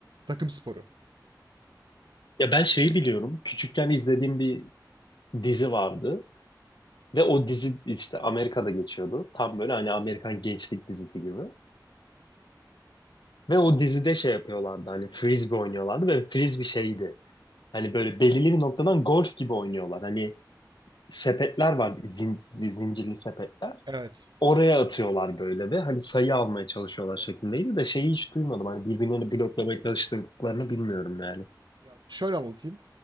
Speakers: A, on the right (about 75°); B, on the left (about 75°).
A: Takım sporu.
B: Ya ben şeyi biliyorum. Küçükken izlediğim bir dizi vardı ve o dizi işte Amerika'da geçiyordu. Tam böyle hani Amerikan gençlik dizisi gibi. Ve o dizide şey yapıyorlardı hani frisbee oynuyorlardı ve frisbee şeydi. Hani böyle belirli bir noktadan golf gibi oynuyorlar. Hani sepetler var zin- zincirli sepetler.
A: Evet.
B: oraya atıyorlar böyle ve hani sayı almaya çalışıyorlar şeklindeydi de şeyi hiç duymadım. Hani birbirlerini bloklamaya çalıştıklarını bilmiyorum yani.
A: Ya şöyle anlatayım.